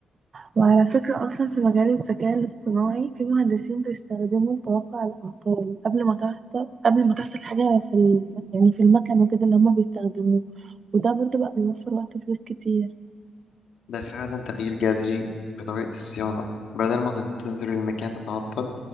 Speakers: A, on the right; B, on the left.
A: وعلى فكرة أصلا في مجال الذكاء الاصطناعي في مهندسين بيستخدموا توقع الأعطال قبل ما تحصل قبل ما تحصل حاجة في الم... يعني في المكن وكده اللي هما بيستخدموه وده برضو بقى بيوفر وقت وفلوس كتير
B: ده فعلا تغيير جذري في طريقة الصيانة بدل ما تنتظر المكان تتعطل